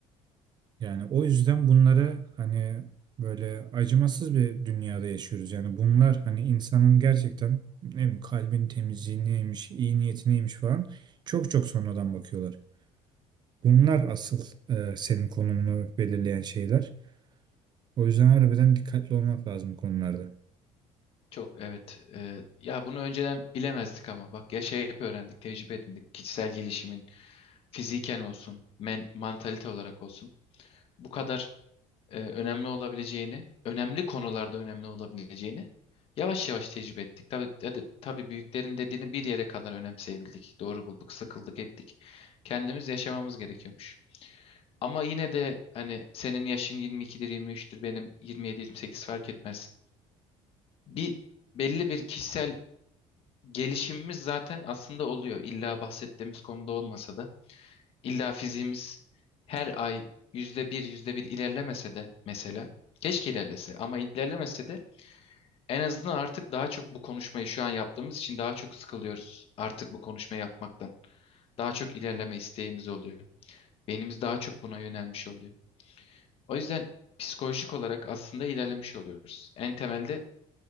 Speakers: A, on the right; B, on the left.
A: Yani o yüzden bunları hani böyle acımasız bir dünyada yaşıyoruz. Yani bunlar hani insanın gerçekten ne bileyim kalbin temizliğineymiş, iyi niyetineymiş falan çok çok sonradan bakıyorlar. Bunlar asıl e, senin konumunu belirleyen şeyler. O yüzden harbiden dikkatli olmak lazım bu konularda.
B: Çok evet. Ee, ya bunu önceden bilemezdik ama bak ya şey hep öğrendik, tecrübe edindik. Kişisel gelişimin fiziken olsun, men, mantalite olarak olsun. Bu kadar e, önemli olabileceğini, önemli konularda önemli olabileceğini yavaş yavaş tecrübe ettik. Tabii, tabii, tabii büyüklerin dediğini bir yere kadar önemseyebildik. Doğru bulduk, sıkıldık ettik. Kendimiz yaşamamız gerekiyormuş. Ama yine de hani senin yaşın 22'dir, 23'tür, benim 27-28 fark etmez. Bir belli bir kişisel gelişimimiz zaten aslında oluyor. İlla bahsettiğimiz konuda olmasa da. İlla fiziğimiz her ay yüzde bir, yüzde bir ilerlemese de mesela, keşke ilerlese ama ilerlemese de en azından artık daha çok bu konuşmayı şu an yaptığımız için daha çok sıkılıyoruz artık bu konuşmayı yapmaktan. Daha çok ilerleme isteğimiz oluyor. Beynimiz daha çok buna yönelmiş oluyor. O yüzden psikolojik olarak aslında ilerlemiş oluyoruz. En temelde